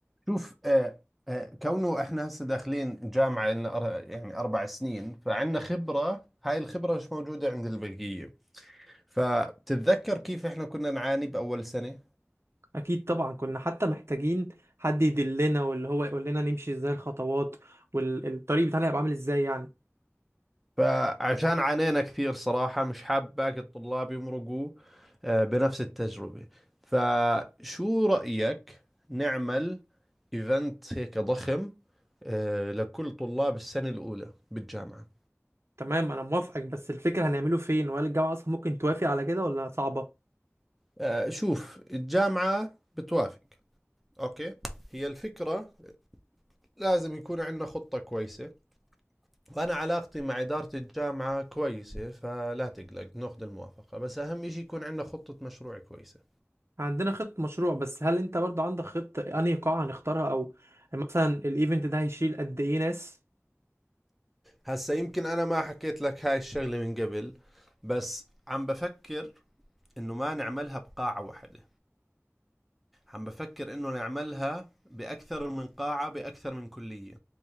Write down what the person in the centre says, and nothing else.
شوف آه آه كونه احنا هسه داخلين جامعة لنا أر- يعني أربع سنين فعندنا خبرة هاي الخبرة مش موجودة عند البقية فبتتذكر كيف احنا كنا نعاني بأول سنة
فعشان عانينا كثير صراحة مش حاب باقي الطلاب يمرقوا آه بنفس التجربة فشو رأيك نعمل ايفنت هيك ضخم آه لكل طلاب السنة الأولى بالجامعة
آه شوف الجامعة بتوافق اوكي هي الفكرة لازم يكون عندنا خطة كويسة وأنا علاقتي مع إدارة الجامعة كويسة فلا تقلق ناخذ الموافقة بس أهم إشي يكون عندنا خطة مشروع كويسة
هسا يمكن أنا ما حكيت لك هاي الشغلة من قبل بس عم بفكر إنه ما نعملها بقاعة واحدة عم بفكر إنه نعملها بأكثر من قاعة بأكثر من كلية